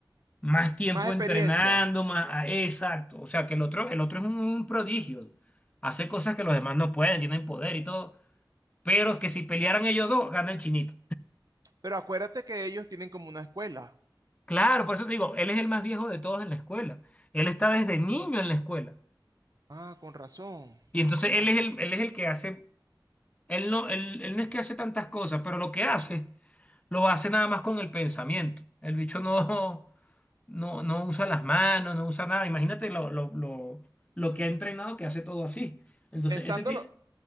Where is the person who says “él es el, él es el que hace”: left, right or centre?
Left